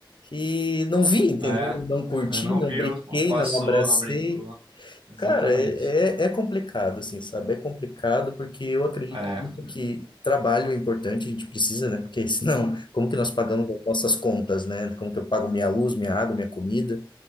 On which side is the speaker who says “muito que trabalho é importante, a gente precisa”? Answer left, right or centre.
Left